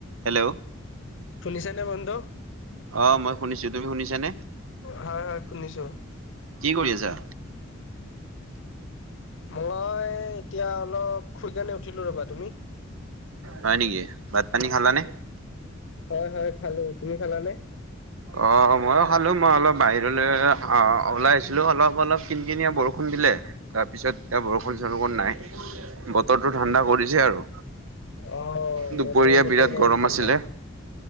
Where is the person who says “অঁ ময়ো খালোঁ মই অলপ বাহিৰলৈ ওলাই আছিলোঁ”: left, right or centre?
Right